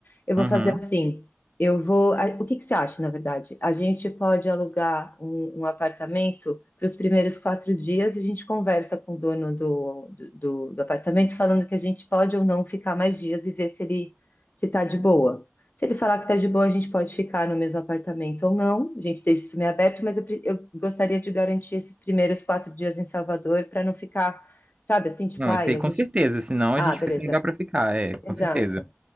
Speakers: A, on the left; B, on the right.
A: eu vou
B: Uhum.
A: fazer assim. Eu vou. a- O que que você acha, na verdade? A gente pode alugar um, um apartamento para os primeiros quatro dias e a gente conversa com o dono do, do, do- do apartamento, falando que a gente pode ou não ficar mais dias e ver se ele se tá de boa. Se ele falar que tá de boa, a gente pode ficar no mesmo apartamento ou não. A gente deixa isso meio aberto, mas eu, pre- eu gostaria de garantir esses primeiros quatro dias em Salvador para não ficar Sabe assim, tipo,
B: Não,
A: ai,
B: isso aí
A: a
B: com
A: gente.
B: certeza, senão
A: Ah,
B: a gente
A: beleza.
B: fica sem lugar para ficar, é, com
A: Exato.
B: certeza.